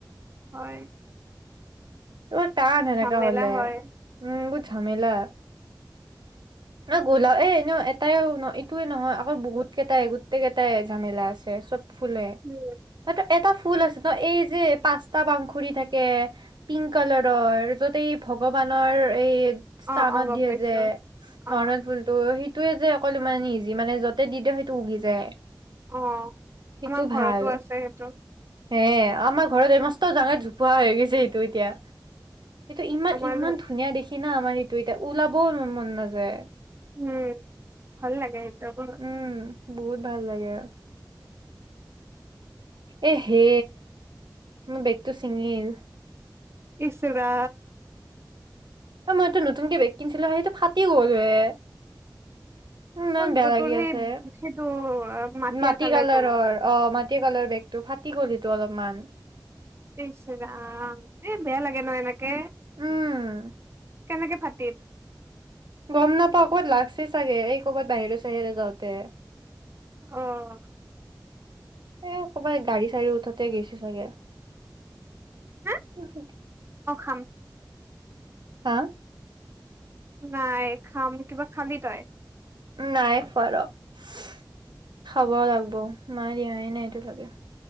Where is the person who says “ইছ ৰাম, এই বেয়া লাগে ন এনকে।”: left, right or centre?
Right